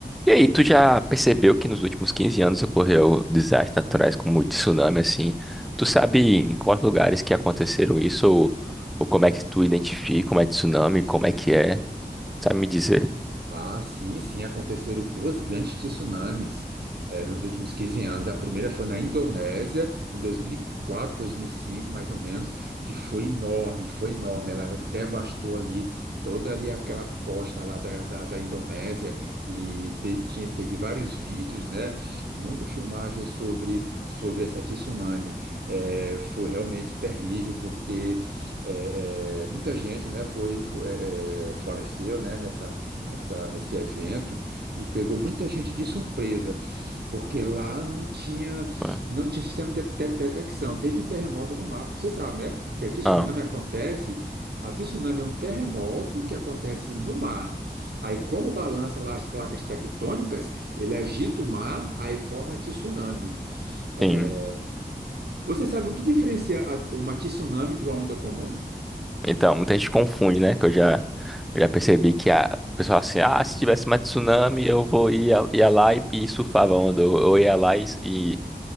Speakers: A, in the centre; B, on the right (about 75°).
A: E aí, tu já percebeu que nos últimos 15 anos ocorreu desastres naturais como tsunami, assim? Tu sabe em quais lugares que aconteceram isso? Ou, ou como é que tu identifica como é tsunami? Como é que é? Sabe me dizer?
B: Ah, sim, sim, aconteceram duas grandes tsunamis eh, nos últimos 15 anos. A primeira foi na Indonésia, em dois dois mil mil e quatro, dois mil e cinco, mais ou menos, que foi enorme, foi enorme. Ela devastou ali toda ali aquela costa lá da, da, da Indonésia e te- tinha- teve vários vídeos, né? Muita filmagem sobre, sobre essa tsunami. Eh, foi realmente terrível, porque eh, eh, muita gente, né, foi, foi, eh, eh, faleceu, né, nessa, nesse evento e pegou muita gente de surpresa, porque lá não tinha,
A: Ué.
B: não tinha sistema de, de- detecção. Teve um terremoto no mapa, você sabe, né? Que a tsunami
A: Ah,
B: acontece. A tsunami é um terremoto que acontece no mar. Aí, como balança lá as placas tectônicas, ele agita o mar, aí forma a tsunami. É,
A: sim.
B: Você sabe o que diferencia a- uma tsunami de uma onda comum?
A: Então, muita gente confunde, né? Que eu já, eu já percebi que a o pessoal assim, ah, se tivesse mais tsunami, eu vou ia, ia lá e, e surfava a onda. Ou eu ia lá e,